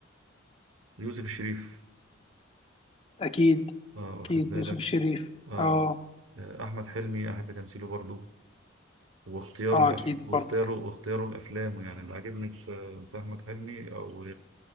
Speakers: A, on the right (about 85°); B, on the left (about 30°).
A: يوسف الشريف
B: اكيد
A: اه واخد
B: اكيد
A: بالك
B: يوسف الشريف
A: اه
B: اه
A: آه، احمد حلمي احب تمثيله برضو واختياره
B: اه
A: الافلام
B: اكيد
A: واختياره
B: برضه
A: واختياره الافلام يعني اللي عاجبني في في احمد حلمي او